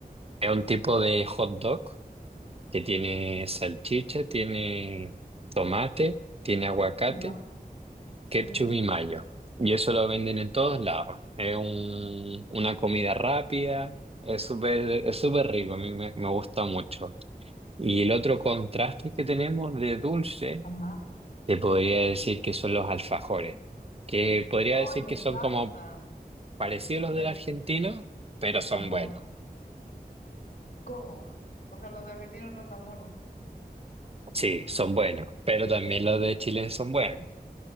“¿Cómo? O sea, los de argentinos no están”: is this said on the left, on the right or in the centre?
Left